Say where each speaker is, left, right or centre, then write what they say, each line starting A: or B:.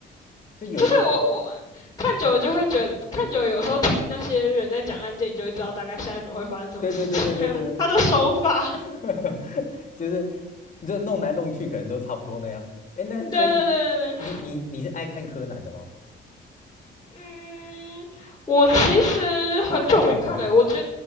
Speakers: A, on the left; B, on the left.
A: 就有一
B: 就是我我看久了就会觉得，看久了有时候听那些人在讲案件，你就会知道大概下一秒会发生什么事情，
A: 对对对对对对对，
B: 还有他的手法，
A: <laughs> 就是就弄来弄去，可能都差不多那样。哎，
B: <laughs>
A: 那所以
B: 对对对对对。
A: 你你你是爱看柯南的吗？
B: 嗯，我其实很久没看了，
A: 不看动画？
B: 我觉